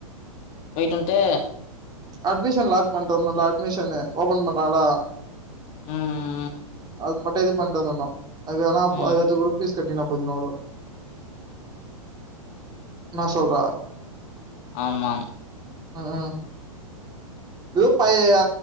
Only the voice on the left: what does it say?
போய்டுவண்டு
ம்
ம்
ஆமாம்